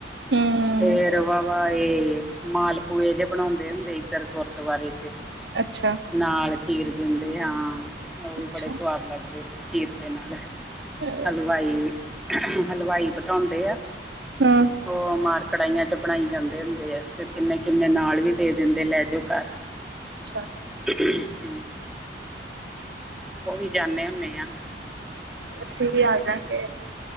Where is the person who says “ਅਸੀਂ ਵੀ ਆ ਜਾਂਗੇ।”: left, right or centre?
Right